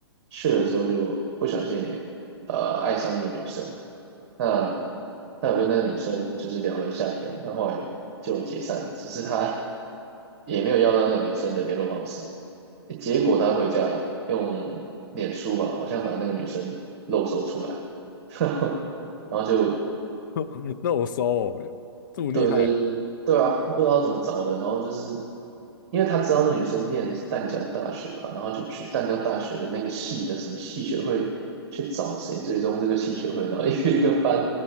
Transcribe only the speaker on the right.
去了之后就不小心也呃爱上一个女生，那他有跟那个女生就是聊了一下天，那后来就解散，只是他 <laughs> 也没有要到那个女生的联络方式，结果他回家用脸书吧，好像把那个女生露搜出来，<laughs> 然后然后就
对对嗯对啊，不知道怎么找的，然后就是因为他知道那女生念淡江大学吧，然后就去淡江大学的那个系的什么系学会去找谁追踪这个系学会，然后 <laughs> 一个一个翻，